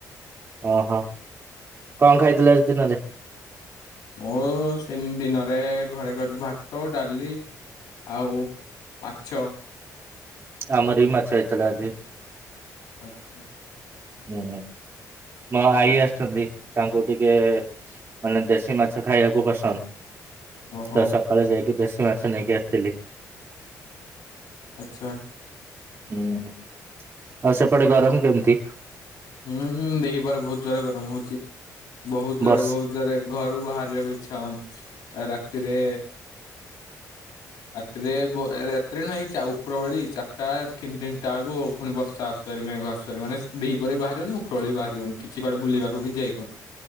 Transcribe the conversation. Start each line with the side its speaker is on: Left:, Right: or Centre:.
Right: ଓହୋ। କଣ ଖାଇଥିଲ ଆଜି ଦିନରେ?
Left: ମୁଁ ସେ ଦିନରେ ଘରେ କଥିଲି ଭାତ ଡାଲି। ଆଉ ପାଛ।
Right: ଆମରବି ମାଛ ହେଇଥିଲା ଆଜି।
Left: ଆଚ୍ଛା
Right: ହୁଁ। ମୋ ଆଈ ଆସିଚନ୍ତି। ତାଙ୍କୁ ଟିକେ ମାନେ ଦେଶୀ ମାଛ ଖାଇବାକୁ ପସନ୍ଦ।
Left: ଓହୋ
Right: ତ ସକଳେ ଯାଇକି ଦେଶୀ ମାଛ ନେଇକି ଆସିଥିଲି।
Left: ଆଛା।
Right: ହୁଁ ଆଉ ସେପଟେ ଗରମ କେମିତି।
Left: ହୁଁ ହୁଁ ଦିପହରେ ବହୁତ ଜୋରେ ଗରମ ହଉଚି। ବହୁତ ଜୋରେ
Right: ବର୍ଷ
Left: ବହୁତ। ଯୋଉରା କି ଘରୁ ବାହାରିବାକୁ ଇଚ୍ଛା ହଉନି ରାତିରେ ରାତିରେ ବୋ ରାତିରେ ନାଇ ଚା ଉପର ଓଳି ଚାରିଟା ନ ତିନିଟା ବେଳକୁ ପୁଣି ବର୍ଷା ଆସୁରେ ମେଘ ଆସୁ ମାନେ ଦିପରରେ ବି ବାହାର ହନିଉ ବି ଉପର ଓଳି ବାହାର ହଉନି କିଛି କୁଆଡେ ବୁଲି ବାକୁ ବି ଯାଇ ହଉନି।